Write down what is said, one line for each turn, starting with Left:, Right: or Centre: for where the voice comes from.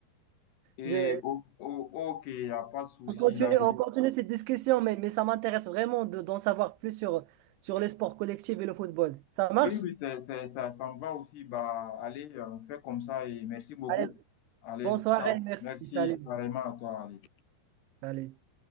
Left: Et
Right: Je,
Left: o- o- ok, il n'y a pas de souci
Right: on continue,
Left: là. Je...
Right: on continue cette discussion, mais, mais ça m'intéresse vraiment de, d'en savoir plus sur, sur les sports collectifs et le football. Ça marche?
Left: Oui, oui, c'est, c'est- ça, ça me va aussi. Bah, allez, euh, on fait comme ça et merci beaucoup.
Right: Allez,
Left: Allez,
Right: bonne soirée,
Left: ciao.
Right: merci,
Left: Merci
Right: salut,
Left: vraiment à toi, allez.
Right: salut.